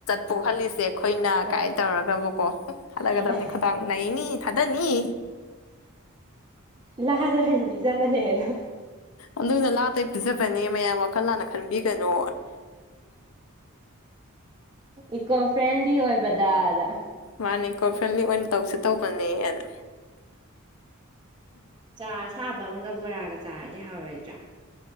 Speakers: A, on the left; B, on the right.
A: ꯄꯣꯈꯂꯤꯁ ꯑꯩꯈꯣꯏꯅ
B: ꯑ
A: ꯀꯥꯏ ꯇꯧꯔꯒꯕꯀꯣ ꯊꯥꯗꯒꯗꯕꯅꯤ
B: ꯍꯣꯏ
A: ꯈꯗꯥꯡ ꯅꯩꯅꯤ ꯊꯥꯗꯅꯤ
B: ꯂꯍꯥꯁꯨ ꯍꯣꯏꯅꯕꯤꯖꯕꯅꯦꯦꯅꯣ
A: ꯑꯗꯨꯅ ꯂꯥꯇ ꯄꯤꯖꯕꯅꯦ ꯃꯌꯥꯝ ꯋꯥꯈꯜ ꯂꯥꯟꯅ ꯈꯟꯕꯤꯒꯅꯨ
B: ꯏꯀꯣ ꯐ꯭ꯔꯦꯟꯂꯤ ꯑꯣꯏꯕꯗꯗ꯫
A: ꯃꯥꯅꯤ ꯏꯀꯣ ꯐ꯭ꯔꯦꯟꯂꯤ ꯑꯣꯏꯅ ꯇꯧꯁꯦ ꯇꯧꯕꯅꯦꯅ
B: ꯆꯥ ꯁꯥꯕ ꯑꯃꯒ ꯕꯣꯔꯥꯒ ꯆꯥꯔꯗꯤ ꯍꯥꯎꯔꯣꯏꯗ꯭ꯔꯥ